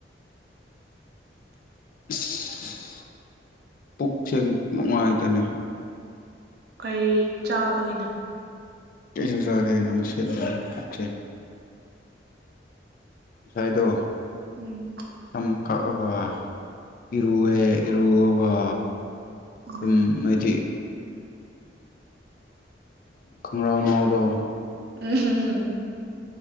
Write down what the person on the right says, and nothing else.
ꯀꯩ ꯆꯥꯕꯒꯤꯅꯣ
ꯎꯝ
ꯎꯝ
ꯎꯝ